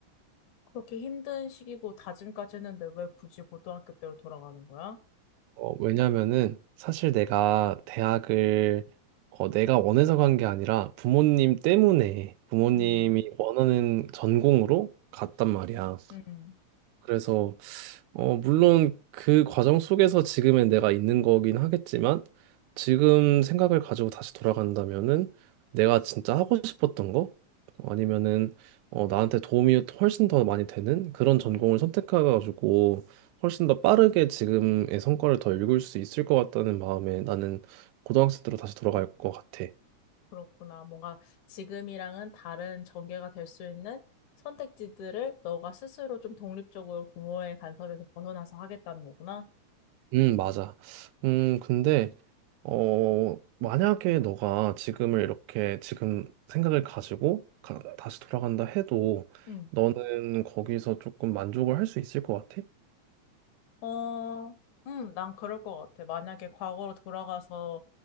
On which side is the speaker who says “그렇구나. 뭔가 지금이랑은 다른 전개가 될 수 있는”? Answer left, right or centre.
Left